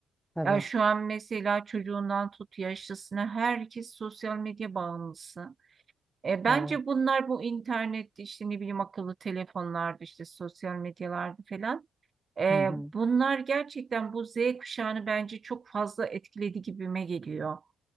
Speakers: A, in the centre; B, on the right.
A: Tabii.
B: Ya şu an mesela çocuğundan tut yaşlısına herkes sosyal medya bağımlısı. E, bence
A: Evet.
B: bunlar bu internette işte ne bileyim akıllı telefonlarda işte sosyal medyalarda falan. E,
A: Hı hı.
B: bunlar gerçekten bu Z kuşağını bence çok fazla etkiledi gibime geliyor.